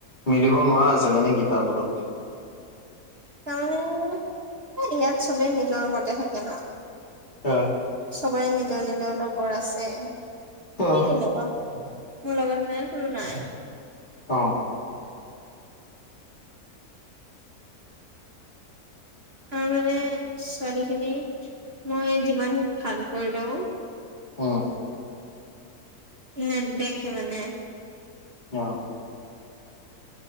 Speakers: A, on the left (about 30°); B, on the right (about 40°).
A: মিলিব নোৱাৰা হৈছগে নেকি তাৰ লগত।
B: তাৰমানে ইয়াত চবেই নিজৰ মতে থাকে ন।
A: আহ।
B: চবৰে নিজৰ নিজৰ লগৰ আছে।
A: অ
B: সেইটেনেকুৱা মোৰ লগত মানে কোনো নাই।
A: অহ।
B: তাৰ মানে ছোৱালীখিনি মই যিমান ভাল কৰি লওঁ।
A: অহ।
B: নে দেখে মানে।
A: অহ।